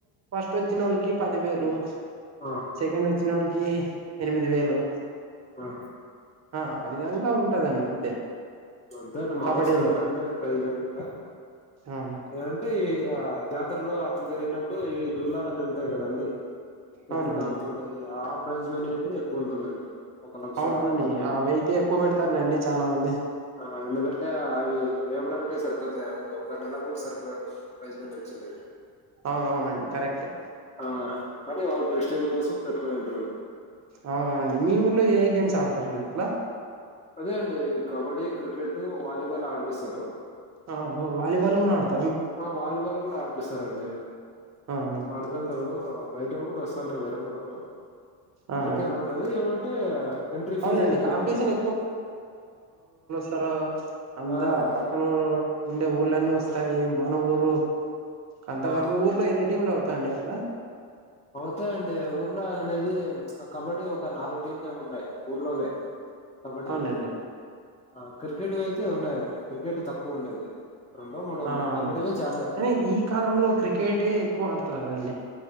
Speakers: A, on the right (about 35°); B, on the left (about 15°).
A: ఫస్ట్ వచ్చిన ఒళ్ళకి పదివేలు
B: ఆ
A: సెకండ్ ఓచ్చినోడికి ఎనిమిది వేలు
B: ఆ
A: ఆ అ విధంగా ఉంటదండి అంతే
B: మ్ అంతే అండి మా
A: కబడ్డీలో
B: ఊరు సైడ్ కూడా అంతే ప్రైజనే ఇంకా
A: అవును
B: ఏమంటే ఇలా జాతరలో అట్లు జరిగినప్పుడు ఇవి దూలాలని ఉంటాయి కదండి
A: అవునండి
B: ఎద్దులు లాగుతుంటాయి ఆ ప్రైజ్ మనీ అనేది ఎక్కువ ఉంటుందండి ఒక లక్ష
A: అవునవునండి
B: అట్లా పెట్టింటారు
A: అవైతే ఎక్కువ పెడతారులేండి చానా మంది
B: ఆ ఎందుకంటే అవి మేపడానికే సరిపోతాయి ఒక నెల కూడా సరిపోయి ప్రైజ్ మనీ చెడేది
A: అవునవునండి కరెక్టే
B: ఆ అనీ వాళ్ళ ప్రెస్టేజ్ కోసం పె వేరు ఉంటలేదు
A: అవునా అండి మీ ఊర్లో ఏ గేమ్స్ ఆడతారండి అట్లా
B: అదే అండి కబడ్డీ క్రికెట్ వాలీబాల్ ఆడిపిస్తరు
A: ఆహో వాలిబాల్ ను కూడా ఆడుత్
B: ఆ వాలీబాల్ కూడా ఆడిపిస్తారండి
A: ఆ ఆ
B: ఆడదాం తరు బయటోళ్లు కూడా వస్తా ఉంటారు వేరే ఊరోళ్ళు అందరికే
A: ఆ
B: అల్లో ఉంటది ఏమంటే ఎంట్రీ ఫీజ్
A: అవునులేండి
B: అనేది
A: కాంపిటీషన్
B: పెట్టింటారండి
A: తరు అంద
B: అవునండి
A: పక్కనురు ఉండే ఊర్లన్నీ వస్తాయి మన ఊరు అంత
B: ఆ
A: కలిపి ఊర్లో ఎన్ని టీంలు అవుతాండి అట్లా
B: అవుతాయండి ఊర్లో అనేది కబడ్డీ ఒక నాలుగు టీంలేమి ఉన్నాయి ఊర్లోవే కబడ్డీవి
A: అవునులేండి
B: ఆ క్రికెట్ వయితే ఉన్నాయండి క్రికెట్ తక్కువ ఉండేది రెండో మూడో
A: ఆ
B: ఉన్నాయి
A: అవునండి
B: కబడ్డీవే చాలా ఎక్కువ
A: అరె
B: ఉన్నాయి
A: ఈ కాలంలో క్రికెటే ఎక్కువ ఆడతారు కదండి